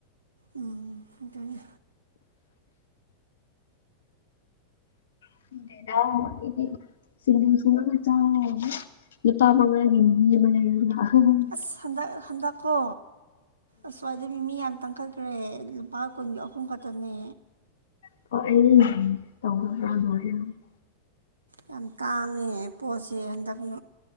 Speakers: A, on the right; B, on the left.
A: ꯎꯝ ꯑꯗꯨꯅꯤ
B: <inaudible> <unintelligible>
A: ꯑꯁ ꯍꯟꯗꯛ ꯍꯟꯗꯛꯀꯣ ꯑꯁ꯭ꯋꯥꯏꯗꯤ ꯃꯤꯃꯤ ꯌꯥꯝ ꯇꯥꯡꯈꯠꯈ꯭ꯔꯦ ꯂꯨꯄꯥ ꯀꯨꯟꯒꯤ ꯑꯍꯨꯝ ꯈꯛꯇꯅꯦ
B: <inaudible> <unintelligible>
A: ꯌꯥꯝ ꯇꯥꯡꯉꯦ ꯄꯣꯠꯁꯦ ꯍꯟꯗꯛ